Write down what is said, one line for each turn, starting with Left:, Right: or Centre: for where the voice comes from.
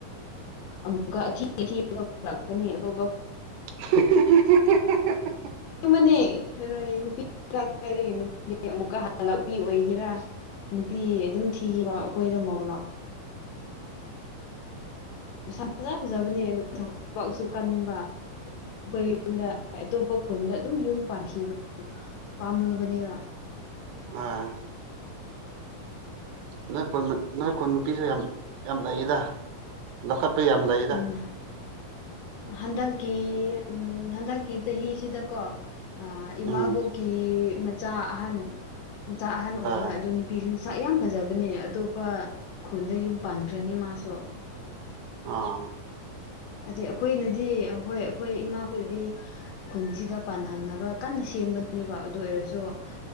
Left: ꯑꯃꯨꯛꯀ ꯑꯊꯤ ꯑꯊꯤꯕ ꯄꯨꯔꯛꯀꯅꯤ ꯑꯇꯣꯞꯄ
Right: <unintelligible>
Left: ꯅꯦ ꯅꯨ ꯀꯥꯏ ꯑꯃꯨꯛꯀ ꯍꯜꯂꯛꯄꯤ ꯑꯣꯏꯒꯦꯔꯥ ꯅꯨꯄꯤ ꯑꯗꯨꯝ ꯊꯤꯈꯤꯕ ꯑꯩꯈꯣꯏꯗ ꯃꯍꯧ ꯂꯥꯛꯑꯣ ꯐꯖ ꯐꯖꯕꯅꯦ ꯑꯗꯨꯕ ꯊꯕꯛꯁꯨ ꯀꯟꯕ ꯑꯩꯣꯏ ꯌꯨꯝꯗ ꯑꯇꯣꯞꯄ ꯈꯨꯟꯗ ꯑꯗꯨꯝ ꯌꯨꯝ ꯄꯥꯟꯈꯤꯕ ꯄꯥꯝꯃꯨꯕꯅꯦꯔ
Right: ꯑꯥ ꯅꯣꯏ ꯀ ꯅꯣꯏ ꯀꯨꯟ ꯅꯨꯄꯤꯁꯨ ꯌꯥꯝ ꯌꯥꯝ ꯂꯩꯔꯤꯗ ꯂꯧꯈꯠ ꯂꯄ ꯌꯥꯝ ꯂꯥꯛꯌꯦꯗ
Left: ꯎꯝ ꯍꯟꯗꯛꯀꯤ ꯎꯝ ꯍꯟꯗꯛꯀꯤ ꯆꯍꯤꯁꯤꯗꯀꯣ ꯑ ꯏꯃꯥꯕꯣꯛꯀꯤ
Right: ꯎꯝ
Left: ꯃꯆꯥ ꯑꯍꯟ ꯃꯆꯥ ꯑꯍꯟ ꯑꯣꯏꯕ
Right: ꯑꯥ
Left: ꯑꯗꯨ ꯅꯨꯄꯤꯁꯤꯡ ꯁꯥꯛ ꯌꯥꯝ ꯐꯖꯕꯅꯦ ꯑꯇꯣꯞꯄ ꯈꯨꯟꯗ ꯌꯨꯝ ꯄꯥꯟꯈ꯭ꯔꯅꯤ ꯃꯥꯁꯨ
Right: ꯑꯥ
Left: ꯑꯗꯩ ꯑꯩꯈꯣꯏꯅꯗꯤ ꯍꯣꯏ ꯑꯩꯈꯣꯏ ꯏꯃꯥꯈꯣꯏꯅꯗꯤ ꯈꯨꯟꯁꯤꯗ ꯄꯥꯟꯍꯟꯅꯕ ꯀꯟꯅ ꯁꯤ ꯁꯦꯝꯕꯅꯦꯕ ꯑꯗꯨ ꯑꯣꯏꯔꯁꯨ ꯁꯨ